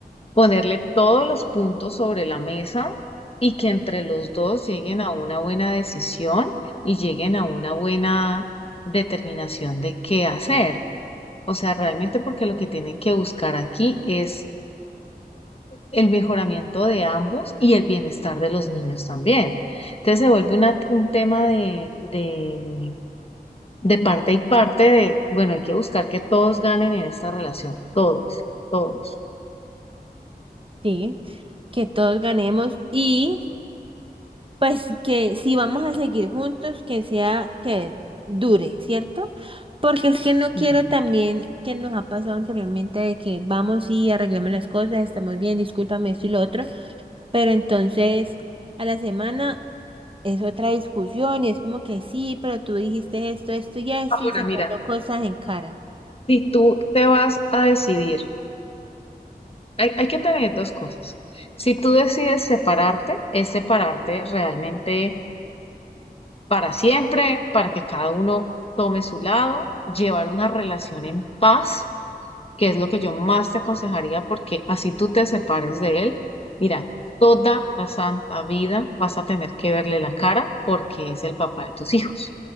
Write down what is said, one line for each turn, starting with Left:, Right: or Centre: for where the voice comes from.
Left: ponerle todos los puntos sobre la mesa y que entre los dos lleguen a una buena decisión y lleguen a una buena determinación de qué hacer. O sea, realmente porque lo que tienen que buscar aquí es el mejoramiento de ambos y el bienestar de los niños también. Entonces se vuelve una- un tema de, de, de parte y parte de, bueno, hay que buscar que todos ganen en esta relación, todos, todos.
Right: ¿sí? Que todos ganemos y Pues que si vamos a seguir juntos, que sea que dure, ¿cierto? Porque es que no
Left: Y
Right: quiero también que nos ha pasado anteriormente de que vamos y arreglamos las cosas, estamos bien, discúlpame esto y lo otro, pero entonces a la semana es otra discusión y es como que sí, pero tú dijiste esto, esto y esto
Left: Ahora,
Right: y sacando
Left: mira,
Right: cosas en cara.
Left: si tú te vas a decidir, hay, hay que tener dos cosas. Si tú decides separarte, es separarte realmente para siempre, para que cada uno tome su lado, llevar una relación en paz que es lo que yo más te aconsejaría, porque así tú te separes de él, mira, toda la santa vida vas a tener que verle la cara porque es el papá de tus hijos.